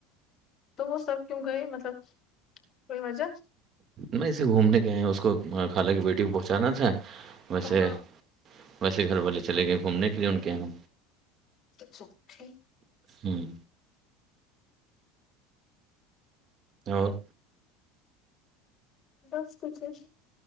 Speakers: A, on the left; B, on the right.
A: تو وہ سب کیوں گئے مطلب کوئی وجہ
B: میں اسے گھومنے گئے اس کو خالہ کی بیٹی کو پہنچانا تھا ویسے
A: ہاں
B: ویسے گھر والے چل گئے گھومنے کے لیے ان کے یہاں
A: تو سھی
B: ہوں اور
A: بس کچھش